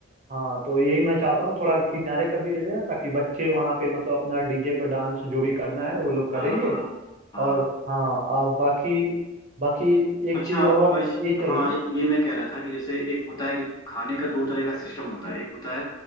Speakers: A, on the right; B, on the left.
A: हाँ तो यही मैं चाहता हूँ थोड़ा किनारे कर दिया जाए ताकि बच्चे वहाँ पे मतलब अपना डीजे पे डांस जो भी करना है वो लोग करेंगे
B: हाँ हाँ हाँ
A: और हाँ आप बाकी बाकी एक
B: अच्छा
A: चीज और
B: और इस-
A: ये चाहिए
B: हाँ ये मैं कह रहा था कि जैसे एक होता है कि खाने का दो तरह का सिस्टम होता है एक होता है